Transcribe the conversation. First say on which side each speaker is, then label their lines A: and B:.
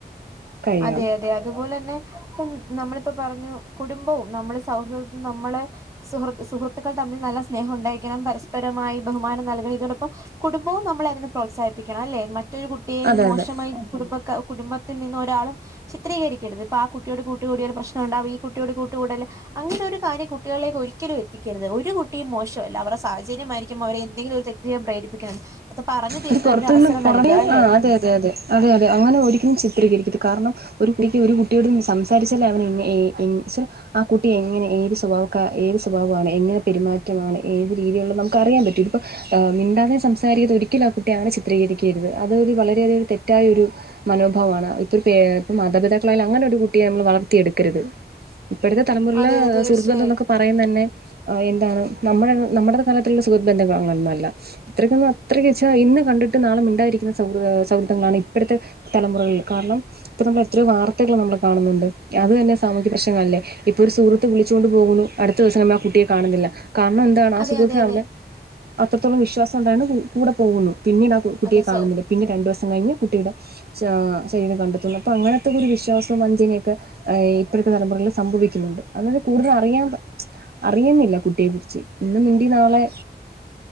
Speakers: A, on the right; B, on the right.
A: കയാ
B: അതെ അതെ അതുപോലെന്നെ നമ്മളിപ്പോ പറഞ്ഞു കുടുംബവും നമ്മുടെ സൗഹൃദും നമ്മളെ സുഹൃ സുഹൃത്തുക്കൾ തമ്മിൽ നല്ല സ്നേഹം ഉണ്ടായിക്കണം പരസ്പരമായി ബഹുമാനം നൽകണം ഇതോടൊപ്പം കുടുംബവും നമ്മളെ അതിനെ പ്രോത്സാഹിപ്പിക്കണം അല്ലേ മറ്റൊരു കു കുട്ടിയെ
A: അതെ,
B: മോശമായി
A: അതെ.
B: കുടുംബ കുടുംബത്തിൽ നിന്ന് ഒരാളും ചിത്രീകരിക്കരുത് അപ്പം ആ കുട്ടിയോട് കൂട്ടുകൂടിയാൽ പ്രശ്ം ഉണ്ടാവും ഈ കുട്ടിയോട് കൂട്ടുകൂടല്ല് അങ്ങനെ ഒരു കാര്യം കുട്ടികളിലേക്ക് ഒരിക്കലും എത്തിക്കരുത് ഒരു കു ട്ടിയും മോശമല്ല അവരുടെ സാഹചര്യമായിരിക്കും അവരെ എന്തെങ്കിലും ഒരു തെറ്റ് പ്രേരിപ്പിക്കുന്നത് അത് പറഞ്ഞു തിരുത്താൻ
A: അത് പൊറത്തുനിന്ന്
B: ഒരു അവസരം
A: പുറ
B: നൽകുക അല്ലെ
A: ആഹ് അതെ അതെ അതെ അതെ അതെ അങ്ങനെ ഒരിക്കലും ചിത്രീകരിക്കരുത് കാരണം ഒരു കുട്ടിക്ക് ഒരു കുട്ടിയോട് സംസാരിചാൽ അവൻ എങ് എ എ ആ കുട്ടി എങ്ങനെ ഏത് സ്വഭാവം ക ഏത് സ്വഭാവമാണ് എങ്ങനെ പെരുമാറ്റമാണ് ഏത് രീതിയുള്ള നമുക് കറിയാൻ പറ്റും ഇപ്പം മിണ്ടാതെയും സംസാരിക്കാതെയും ഒരുക് ഒരിക്കലും ആ കുട്ടിയ അങ്ങനെ ചിത്രീകരിക്കരുത് അതൊരു വളരെയധികം ഒരു തെറ്റായ ഒരു മനോഭാവാണ് ഇപ്പൊ പേ മാതാപിതാക്കളായാലും അങ്ങനെ ഒരു കുട്ടിയെ നമ്മള് വളർത്തി എടുക്കരുത് ഇപ്പഴത്തെ തലമുറയിലെ
B: അതെ അതെ തീർച്ചയായും
A: സുഹൃത്ത് ബന്ധോനൊക്കെ പറയുന്നന്നെ എന്താണ് നമ്മുടെ നമ്മുടെ തലത്തിലുള്ള സുഹൃബന്ധങ്ങളൊന്നും അല്ല അത്രകൊന്നും അത്രക്ക് വെച്ച ഇന്ന് കണ്ടിട്ട് നാളെ മിണ്ടാതിരിക്കുന്ന സൗഹൃ സൗഹൃദങ്ങളാണ് ഇപ്പഴത്തെ തലമുറകളിൽ കാരണം ഇപ്പൊ നമ്മൾ എത്രയോ വാർത്തകൾ നമ്മൾ കാണുന്നുണ്ട് അത് തന്നെ സാമൂഹ്യ പ്രശനങ്ങളല്ലേ ഇപ്പൊ ഒരു സുഹൃത്ത് വിളിച്ചൊണ്ട് പോകുന്നു അടുത്ത ദിവസം നമ്മളാ ആഹ് കുട്ടിയെ കാണുന്നില്ല കാരണം എന്താണ് ആ
B: അതെ
A: സുഖൃത്തിന്
B: അതെ അതെ
A: അവനെ അത്രത്തോളം വിശ്വാസം ഉണ്ടായന്ന് കൂ കൂടെ പോകുന്നു പിന്നീട് അ കു കുട്ടിയെ
B: അതെ
A: കാണുന്നില്ല
B: സൗ
A: പിന്നെ രണ്ടു ദിവസം കഴിഞ്ഞ് കുട്ടിയുടെ ച്ച ശരം കണ്ടെത്തുന്നു അപ്പൊ അങ്ങനത്തെക്കെ ഒരു വിശ്വാസവും വഞ്ചനയൊക്കെ എയ് ഇപ്പോഴത്തെ തലമുറകിൽ സംഭവിക്കുന്നുണ്ട് അങ്ങനെ കൂടുതൽ അറിയാൻ പ അറിയുന്നില്ല കുട്ടിയെ കുറിച്ച് ഇന്ന് മിണ്ടി നാളെ